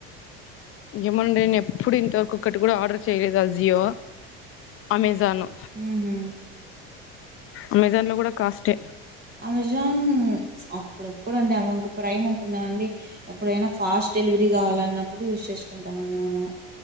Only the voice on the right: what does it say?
ఊహు
అమెజాన్ అప్పుడప్పుడు అండి అమె ఒక ప్రైమ్ ఉంటుందండి ఎప్పుడైనా ఫాస్ట్ డెలివరీ కావాల అన్నప్పుడు యూస్ చేసుకుంటామండి మేము